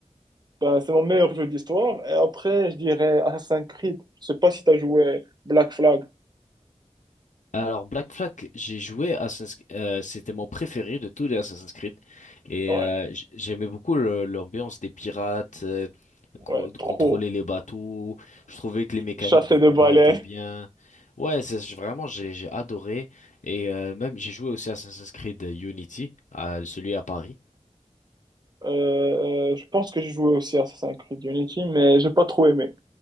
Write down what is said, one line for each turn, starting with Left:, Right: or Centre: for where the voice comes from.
Right: Ben, c'est mon meilleur jeu d'histoire. Et après, je dirais Assassin's Creed. Je sais pas si t'as joué Black Flag.
Left: Alors Black Flag, j'ai joué Assassin's euh, c'était mon préféré de tous les Assassin's Creed et
Right: Ouais,
Left: euh, j- j'aimais beaucoup le- l'ambiance des pirates, euh, con-
Right: ouais,
Left: de
Right: trop.
Left: contrôler les bateaux. Je trouvais que les mécaniques
Right: Chassé
Left: de combat
Right: de balais
Left: étaient bien. Ouais, c'est j- vraiment j'ai j'ai adoré et euh, même j'ai joué aussi Assassin's Creed Unity, à, celui à Paris.
Right: Euh, euh, je pense que j'ai joué aussi à Assassin's Creed Unity, mais j'ai pas trop aimé.